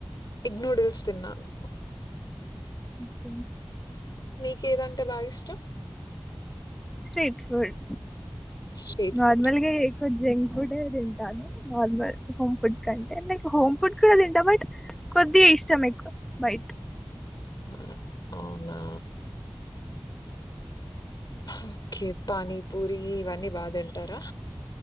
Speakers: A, on the left; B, in the centre.
A: ఇగ్ నూడిల్స్ తిన్నాను
B: అఓకే
A: మీకేదంటే బాగా ఇష్టం
B: స్ట్రీట్ ఫుడ్
A: స్ట్రీట్
B: నార్మల్‌గా
A: ఫుడ్
B: ఎక్కువ జంక్ ఫుడ్ అ తింటాను నార్మల్ హోమ్ ఫుడ్ కంటే నై హోమ్ ఫుడ్ కూడా తింటా బట్ కొద్ది ఇష్టం ఎక్కువ బైట్
A: అ అవునా ఓకే పానీ పూరి ఇవన్నీ బాగా తింటారా